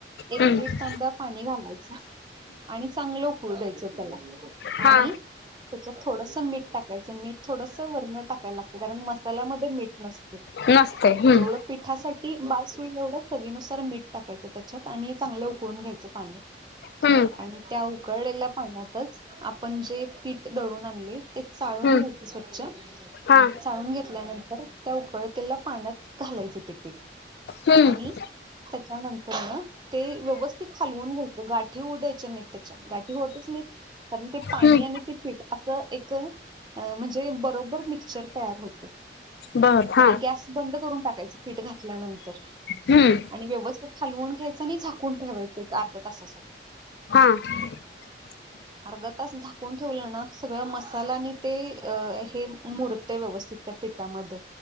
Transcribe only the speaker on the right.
एक
दीड तांब्या पाणी घालायच. आणि चांगलं फूळ द्यायच त्याला
आणि त्याच थोडस मीठ टाकायचं मीठ थोडस वरण टाकायला लागते कारण मसाल्यामध्ये मीठ नसत. जेवढ
पिठासाठी बा ई एवढं चवीनुसार मीठ टाकायचं त्याच्यात आणि चांगलं उकळून घ्यायचं पाणी.
आणि त्या उकडलेल्या पाण्यातच आपण जे पीठ दळून आणले ते चाळून घ्याय
स्वच्छ
आणि चाळून घेतल्यानंतर त्या उकळतेला पाण्यात घालायचं ते पीठ.
आणि त्याच्यानंतर न ते व्यवस्थित हलवून घ्यायचं गाठी उऊ द्यायच्या नाहीत, त्याच्या गाठी होतच नाहीत. कारण ते पाणी
आणि ते पीठ असं एक म्हणजे बरोबर मिक्चर तयार होते.
आणि गॅस बंद करून टाकायच पीठ घातल्यानंतर.
आणि व्यवस्थित हलवण घ्यायच आणि झाकून ठेवायचं एक अर्धा तासासाठी.
अर्धा तास झाकून ठेवलं ना सगळ मसाला आणि ते हे मुरत व्यवस्थित. त्या पिठामध्ये.